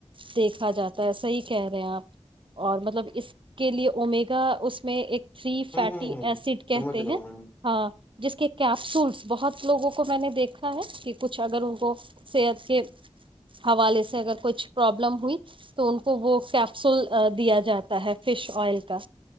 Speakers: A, on the right; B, on the left.
A: دیکھا جاتا ہے صحی کہہ رہے ہیں آپ اور مطلب اس کے لیے امیگا اس میں ایک فری فیٹی
B: ہوں ہوں ہوں
A: ایسڈ کہتے
B: سمجھ رہا
A: ہیں
B: ہوں میں
A: ہاں جس کے کیپسولس بہت لوگوں کو میں نے دیکھا ہے کہ کچھ اگر ان کو صحت کے حوالے سے سے اگر کچھ پرابلم ہوئی تو ان کو وہ کیپسول دیا جاتا ہے فش آئل کا